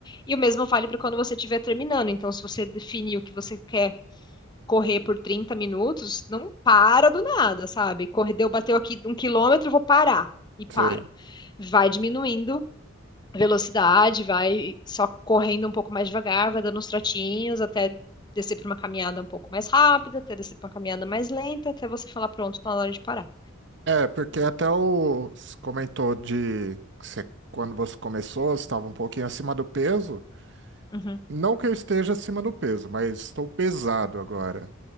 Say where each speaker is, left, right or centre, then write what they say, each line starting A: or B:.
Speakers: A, on the left; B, on the right.
A: E o mesmo vale para quando você estiver terminando. Então, se você definiu que você quer correr por 30 minutos, não para do nada, sabe? Correu, bateu aqui um quilômetro, vou parar. E para.
B: Sei.
A: Vai diminuindo velocidade, vai só correndo um pouco mais devagar, vai dando uns trotinhos até descer para uma caminhada um pouco mais rápida, até descer para uma caminhada mais lenta, até você falar, pronto, tá na hora de parar.
B: É, porque até o você comentou de que você- quando você começou, você estava um pouquinho acima do peso.
A: Uhum.
B: Não que eu esteja acima do peso, mas estou pesado agora.